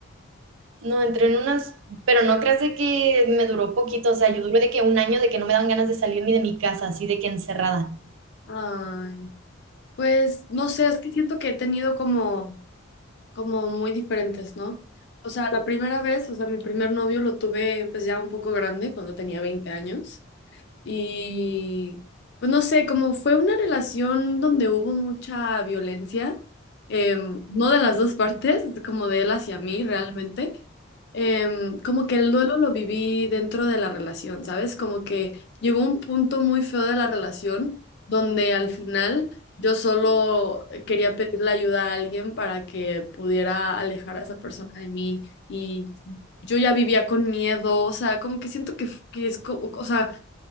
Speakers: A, on the right; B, on the left.
A: No, entré en unas, pero no creas de que me duró poquito, o sea, yo duré de que un año de que no me dan ganas de salir ni de mi casa, así de que encerrada.
B: Ay, pues no sé, es que siento que he tenido como, como muy diferentes, ¿no? O sea, la primera vez, o sea, mi primer novio lo tuve pues ya un poco grande, cuando tenía 20 años. Y pues no sé, como fue una relación donde hubo mucha violencia, em, no de las dos partes, como de él hacia mí realmente, em, como que el duelo lo viví dentro de la relación, ¿sabes? Como que llegó un punto muy feo de la relación donde al final yo solo quería pedirle ayuda a alguien para que pudiera alejar a esa persona de mí y yo ya vivía con miedo, o sea, como que siento que, que es como, o sea